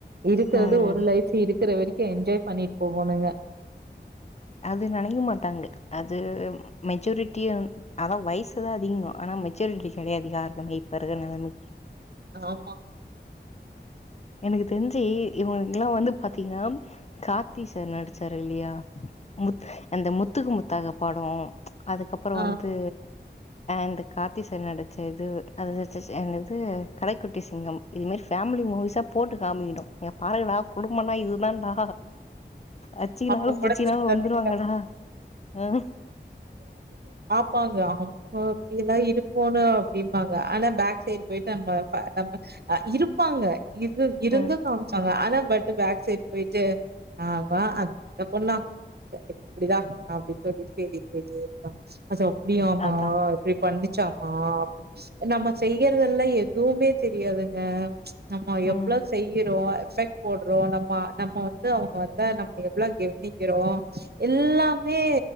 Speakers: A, on the right (about 60°); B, on the left (about 40°).
A: இருக்கிறது
B: ம்
A: ஒரு லைஃப் இருக்கிற வரைக்கும் என்ஜாய் பண்ணிட்டு போகணுங்க
B: அது நினைக்க மாட்டாங்க அது மெச்சூரிட்டி ஆனா வயசுதான் அதிகம் ஆனா மெச்சூரிட்டி கிடையாது யாருக்குமே இப்ப இருக்குற நிலமைக்கு
A: ஆமா
B: எனக்கு தெரிஞ்சு இவங்கல்லாம் வந்து பாத்தீங்கன்னா கார்த்தி சார் நடிச்சாரு இல்லையா முத் அந்த முத்துக்கு முத்தாக படம் அதுக்கப்புறம்
A: ஆ
B: வந்து இந்த கார்த்தி சார் நடிச்ச இது அது என்னது கடைக்குட்டி சிங்கம் இது மாரி ஃபேமிலி மூவிஸா போட்டு காமிக்கணும் இங்க பாருங்கடா குடும்பனா இதுதான்டா அச்சிக்கினாலும்
A: அப்ப
B: புடிச்சிக்கினாலும்
A: கூட திருந்தது
B: வந்துருவாங்கடா
A: இல்ல
B: ஆ
A: இருப்பாங்க ஆமா அப்டி எல்லாம் இருக்கோணும் அப்படின்பாங்க ஆனா பேக் சைடு போயிட்டு நம்ம ந இருப்பாங்க இது இருந்து
B: ஆ
A: ஆனா பட் பேக் சைடு போயிட்டு ஆ அந்த பொண்ணா எப்படிதான் அப்படின்னு சொல்லிட்டு பே போயிட்ட இருப்பா அப்டியமா
B: அதா
A: இப்படி பண்ண ச்சாம அப்ப நம்ம செய்யறதெல்லாம் எதுவுமே தெரியாதுங்க நம்ம
B: ம்
A: எவ்ளோ செய்ய றோம் நம்ம நம்ம வந்து அவங்க வ நம்ம எவ்ளவு கெவனிக்கிறோம் எல்லாமே